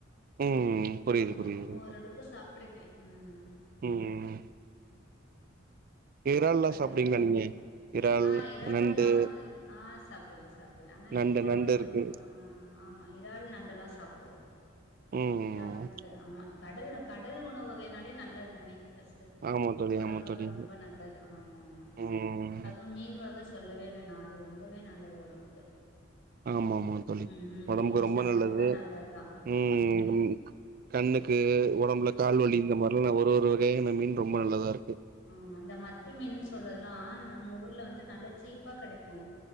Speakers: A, on the right; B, on the left.
A: ம் ம் புரியிது
B: ஆமா
A: புரியிதுங்க
B: ஓரளவுக்கு
A: தோளி
B: சாப்ட்ருக்கே ம்
A: ம் எறால்லா
B: அதுக்கா
A: சாப்டுவிங்களா நீங்க இறால்
B: ஆ எறல்லா
A: நண்டு
B: வந்து ஆ சாப்டுவே சாப்டுவே ஆனா
A: நண்டு
B: இப்ப
A: நண்டு
B: வந்து கொஞ்சோ
A: இருக்கு
B: ஆ ஆமா இறால் நண்டெல்லா சாப்டுவோ
A: ம்
B: இறால் நண்டு ஆமா கடல் கடல் உணவு வகைனாலே நல்லது தானே ஃபர்ஸ்ட்டு
A: ஆமா தோழி
B: ஒடம்புக்கு
A: ஆமா தோழி
B: ரொம்போ நல்ல து ஆமா ஆமா
A: ம்
B: அதுவு மீன் வக சொல்லவே வேணா அது ரொம்பவே நல்லது ஒடம்புக்கு
A: ஆமா ஆமா தோளி
B: ம் ம்
A: ஒடம்புக்கு
B: டெய்லி
A: ரொம்ப
B: சாப்ட்டா
A: நல்லது
B: கூட நல்லதுதா
A: ம் ம் கண்ணுக்கு ஒடம்புல
B: ஆமா
A: கால் வலி
B: ஆமா
A: இந்த மாரிலா ஒரு ஒரு வகையான மீன் ரொம்ப நல்லதாரு
B: ஆமா இந்த மத்தி மீன்னு சொல்றதெல்லா நம்ம ஊர்ல வந்து நல்லா சீப்பா கெடைக்கு